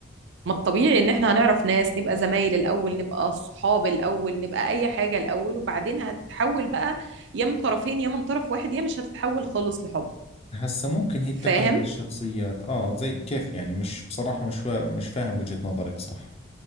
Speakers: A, on the right; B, on the left.
A: ما الطبيعي ان احنا هنعرف ناس نبقى زمايل الاول نبقى صحاب الاول نبقى اي حاجة الاول وبعدين هتتحول بقى يا من طرفين يا من طرف واحد يا مش هتتحول خالص لحب
B: هسا ممكن هي
A: فاهم
B: بتعتمد على الشخصيات اه زي كيف يعني مش بصراحة مش فا- مش فاهم وجهة نظرك صح